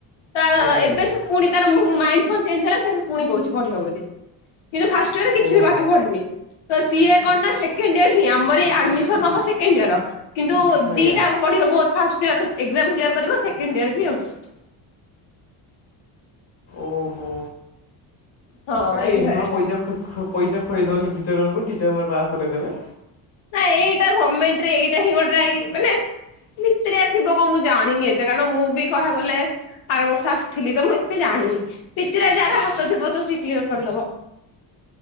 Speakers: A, on the left; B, on the left.
A: ତା
B: ଆଜ୍ଞା
A: ଏବେ
B: ଆଜ୍ଞା
A: ସେ ପୁଣି ତାର ଉଁ ମାଇଣ୍ଡ କଣ ଚେଞ୍ଜ ହେଲା ସେ ପୁଣି କହୁଛି ପଢିବ ବୋଲି। କିନ୍ତୁ ଫାଷ୍ଟୟଅରେ କିଛି
B: ଓହୋ
A: ବି ପାଠ ପଢିନି। ତ ସିଏ କଣ ନା ସେକେଣ୍ଡିୟର ହିଁ ଆମରି ଆଡମିସନ ହବ ସେକେଣ୍ଡ ଇୟର କିନ୍ତୁ
B: ଆଜ୍ଞା
A: ଦିଟା ପଢି ହବ but first year exam clear କରିବ ସେକେଣ୍ଡ ଇୟର ବି ଆଉଚି
B: ଓହୋ
A: ହଁ
B: କାଇଁ
A: ଏଇଭଳିଆ।
B: ଏଜ୍ ନ ପଇଚା ପଇସା ଖୁଆଇ ଦଉନି ଟିଚର ମାନଙ୍କୁ ଟିଚର ମନେ ପାସ୍ କରେଇଦେବେ।
A: ନା ଏଇଟା ଗମେଣ୍ଟ ରେ ଏଇଟା ହିଁ ଗୋଟାଇ ମାନେ ଭିତିରିଆ ଥିବ କଣ ମୁଁ ଜାଣିନି ଏତେ କାରଣ ମୁଁ ବି କହିବାକୁ ଗଲେ। ଆର ବର୍ଷ ଆସିଥିଲି ତ ମୁଁ ଏତେ ଜାଣିନି ଭିତିରିଆ ଯାହାର ହାତ ଥିବ ତ ସିଏ କ୍ଲିୟର କରିଦବ।